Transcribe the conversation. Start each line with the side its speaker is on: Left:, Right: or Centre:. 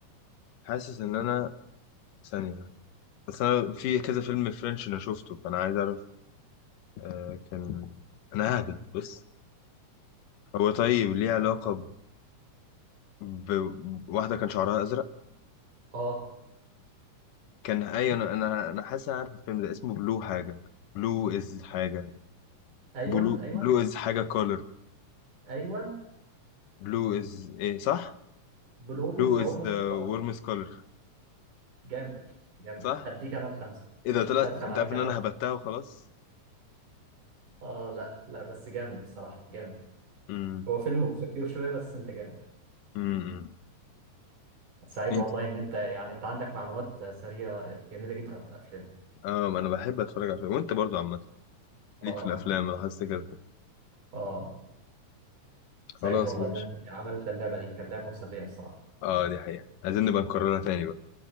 Left: حاسس ان انا ثانية بس انا في كذا فيلم فرنش انا شفته فانا عايز اعرف أه كان انا ههبد بص هو طيب ليه علاقة ب- بواحدة كان شعرها ازرق
Right: اه
Left: كان اي انا انا أنا حاسس أنا عارف الفيلم ده اسمه بلو حاجه بلو از حاجه
Right: ايوه
Left: بلو
Right: ايوه
Left: بلو از حاجه كولر
Right: ايوه
Left: بلو از ايه صح
Right: بلو
Left: بلو
Right: از ذا
Left: از
Right: ورم
Left: ذا
Right: كولر
Left: warmest color
Right: جامد جامد
Left: صح
Right: هديك انا الخمسه
Left: ايه
Right: مش
Left: ده طلع
Right: هبخل
Left: انت
Right: عليك
Left: عارف ان
Right: انا
Left: انا
Right: بقى.
Left: هبتها وخلاص
Right: اه لا لا بس جامد بصراحه جامد
Left: امم
Right: هو فيلم اوبسكيور شويه بس انت جامد
Left: امم
Right: سعيد
Left: انت
Right: والله ان انت يعني انت عندك معلومات سريعه جميله جدا عن الافلام
Left: اه ما انا بحب اتفرج على الفيلم وانت برضو عامه
Right: اه
Left: ليك في الافلام لاحظت كده
Right: اه سعيد
Left: خلاص
Right: والله
Left: ماشي
Right: ان انت عملت اللعبه دي كانت لعبه مسليه بصراحه
Left: اه دي حقيقه عايزين نبقى نكررها تاني بقى